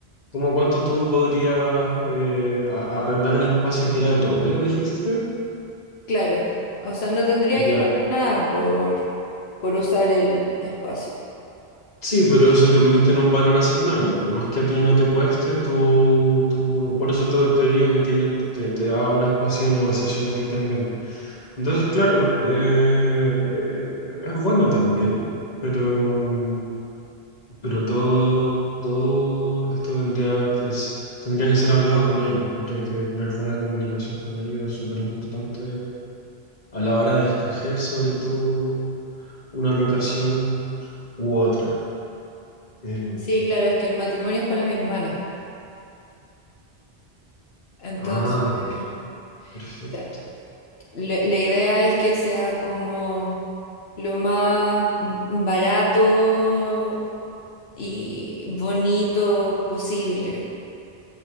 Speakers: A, on the left; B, on the left.
A: como cuánto tú podrías eh, a- arrendar el espacio que era de tu abuelo, dijiste.
B: Claro, o sea, no tendría
A: Ya.
B: que pagar nada por, por usar el espacio.
A: Sí, pero eso también tiene un valor asignable. Por más que a ti no te cueste, tú, tú, por eso te, te digo que tiene, te, te da un espacio de negociación a ti también. Entonces, claro, eh, eh, es bueno también, pero, mm, Pero todo, todo esto tendría que, es- tendría que ser hablado con ellos. Yo creo que tener buena comunicación con ellos es súper importante a la hora de escoger sobre todo una locación u otra. Eh,
B: Sí, claro, es que el matrimonio es para mi hermana. Entonces,
A: ah, ok, perfecto.
B: claro, le- la idea es que sea como lo más mm, barato y bonito posible.